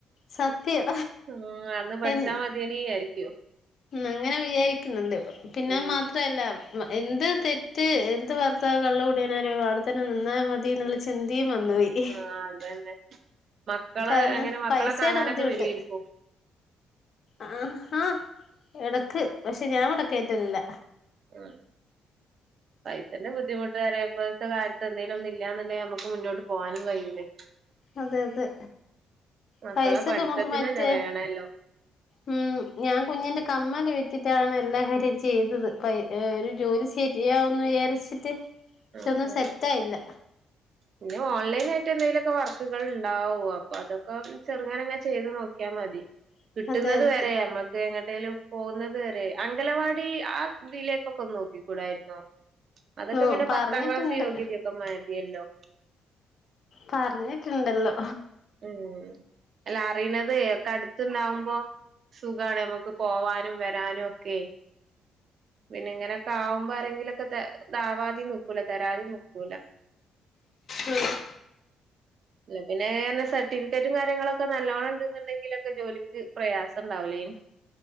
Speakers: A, on the left (about 55°); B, on the right (about 55°).
A: സത്യം
B: ഉം അന്ന് പഠിച്ചാ
A: എൻ
B: മതിയേനീ വിചാരിക്കും
A: അങ്ങനെ വിചാരിക്കുന്നുണ്ട് ഇപ്പൊ പിന്നെ
B: ഉം
A: അത്‌ മാത്രല്ല മ് എന്ത് തെറ്റ് എന്ത് ഭർത്താവ് കള്ള് കൂടിയാനായാലും അവിടെ തന്നെ നിന്നാ മതീന്ന് ഇള്ള ചിന്തീം വന്ന്പോയി
B: ഉം ആഹ് അതന്നെ മക്കള്
A: കാരണം
B: എങ്ങനെ മക്കളെ
A: പൈസേടെ
B: കാണാനൊക്കെ
A: ബുദ്ധിമുട്ട്
B: വരുവായിരിക്കും
A: ആഹ എടക്ക് പഷെ ഞാൻ ഇവടെ കേറ്റലില്ല
B: ആഹ് പൈസെൻ്റെ ബുദ്ധിമു ഇപ്പൊഴ്ത്തകാലത്ത് എന്തേലൊന്ന് ഇല്ലാന്ന്ണ്ടെങ്കി നമുക്ക് മുന്നോട്ട് പോകാനും കയൂലെയ്
A: അതെ അതെ
B: മക്കളെ
A: പൈസക്ക്‌
B: പഠിത്തത്തിനന്നെ
A: ഇമ്മക്ക്‌ മറ്റേ
B: വേണല്ലോ
A: ഉം ഞാൻ കുഞ്ഞിന്റെ കമ്മല് വിറ്റിട്ടാണ് എല്ലാ കാര്യം ചെയ്തത് പൈ ഏഹ് ഒരു ജോലി ശരിയാവുന്ന് വിചാരിച്ചിട്ട് പക്ഷെ
B: ഉം
A: ഒന്നും
B: ഉം
A: സെറ്റായില്ല
B: പിന്നെ ഓൺലൈനായിട്ട് എന്തേലൊക്കെ വർക്കുകൾ ഉണ്ടാവും അപ്പൊ അതൊക്കെ ചെറുങ്ങനെങ്ങ് ചെയ്ത് നോക്കിയാ മതി
A: <inaudible>
B: കിട്ടുന്നത്
A: അതെ
B: വരെ നമ്മക്ക് എങ്ങട്ടേലും പോകുന്നത് വരെ അംഗലവാടി ആ ഇതിലേക്കൊക്കെ ഒന്ന് നോക്കി കൂടായിര്ന്നോ അതൊക്കെ
A: ഓ
B: പിന്നെ
A: പറഞ്ഞിട്ടുണ്ട്
B: പത്താം ക്ലാസ് യോഗ്യത ഒക്കെ മതിയല്ലോ
A: പറഞ്ഞിട്ട്ണ്ട് എല്ലോ
B: ഉം അല്ല അറിയ്ണത് ഒക്കെ അടുത്ത്ണ്ടാവുമ്പോ സുഖാണ് നമുക്ക് പോവാനും വരാനും ഒക്കെ പിന്നെങ്ങനൊക്കെ ആവുമ്പോ ആരെങ്കിലൊക്കെ ഇതാവാതിം നിക്കൂല തരാതിം നിക്കൂല
A: ആഹ്
B: ഇല്ലേ പിന്നേ സർട്ടിഫിക്കറ്റും കാര്യങ്ങളൊക്കെ നല്ലോണണ്ട്ന്ന്ണ്ടെങ്കിലൊക്കെ ജോലിക്ക് പ്രയാസം ഉണ്ടാവില്ലേനു